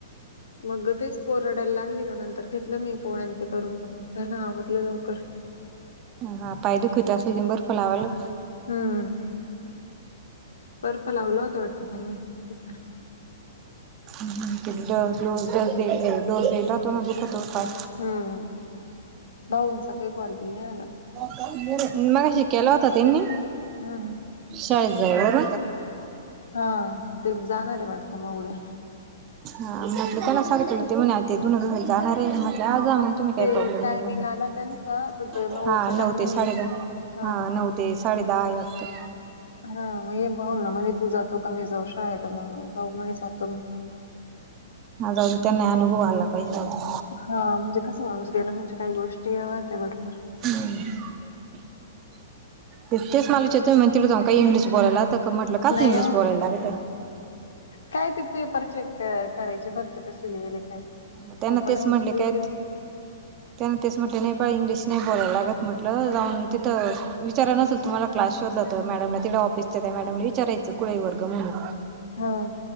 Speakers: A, on the left (about 85°); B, on the right (about 30°).
A: मग तेच पोरडायला लागली मग नंतर घेतलं मी पोळ्यां ते करून मग झाला आवरलं लवकर
B: ह हा पाय दुखत असुन बर्फ लावाला
A: हम्म बर्फ लावला होता वाटत त्यांनी दुपारी
B: हम ह किती दिवस डोस देल डोस देलता तो ना दुःख होता पाय
A: हम्म भाऊंचा काही कॉलबिल नाही आला का
B: काही बोलत नाही मगाशी केला होत त्यांनी
A: हम् हम
B: शाळेत जाय बर
A: हा आ ते जाणार आहे वाटतं मग उद्या
B: हा म्हटलं त्याला सांगितलं होत ते म्हणा आत्या धून धुवायला जाणार आहे म्हटल जा मग तुम्ही काही
A: ते
B: प्रॉब्लेम
A: टायमिंग
B: नाही म्हटलं
A: आला त्यांचा, तर ते टायमिंग
B: नऊ ते साडे
A: आहे.
B: दाहा
A: हां,
B: हा नऊ ते साडेे दहा वाजता
A: हा मग हे भाऊ ना म्हणेज तू जातो का मी जाऊशा आहे मग भाऊ म्हणे जातो मी
B: आज त्यांना अनुभव आला पाहिजेल अजून
A: हा म्हणजे कस माणूस गेल म्हणजे काही गोष्टी हव्या होत्या घरून
B: हम् तेच मालाचतोय म्हण ति जाऊ का इंग्लिश बोलायला तर म्हटलं काच
A: नाही
B: इंग्लिश
A: हो,
B: बोलायला लागतय
A: काय ते पेपर चेक करायचे फक्त कस लिहिले काय
B: मग त्यांना
A: ओपन
B: तेच
A: हाउस
B: म्हटले
A: मध्ये
B: काय त्यान तेच म्हटलं नेपाळ पइंग्लिश नाही बोलायला लागत म्हटलं जाऊन तिथं विचाराय नसेल तुम्हाला क्लास शोधला तर मॅडमला ति ऑफिसच्या त्या मॅडमला विचारायचं कुळी वर्ग म्हणून
A: हा